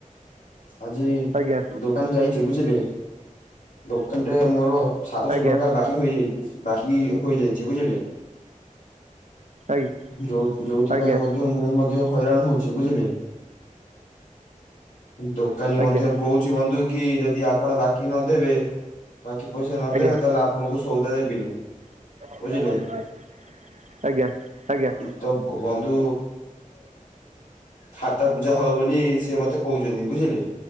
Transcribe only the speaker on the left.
ଆଜି
ଦୋକାନ ଯାଇଚି ବୁଝିଲେ ଦୋକାନ ଟେ ମୋରୋ ସାତଶହ
ଟଙ୍କା ବାକି ହୋଇଯାଇଚି ବାକି ହୋଇଯାଇଛି ବୁଝିଲେ।
ଯୋଉ ଯୋଉଥିପାଇଁ
ମଧ୍ୟ ମୁଁ ମଧ୍ୟ ହଇରାଣ ହୋଉ ଛି ବୁଝିଲେ ଦୋକାନୀ
ମଧ୍ୟ
କୋହୁଛି ବନ୍ଧୁ କି ଯଦି ଆପଣ ବାକି ନଦେବେ ବାକି ପଇସା ନଦେବେ
ତାହେଲେ ଆପଣଙ୍କୁ ସୋଉଦା ଦେବିନି।
ବୁଝିଲେ
ତ ବନ୍ଧୁ ଖାତ ପୂଜା ହବ ବୋଲି ସେ ମତେ କହୁଛନ୍ତି ବୁଝିଲେ!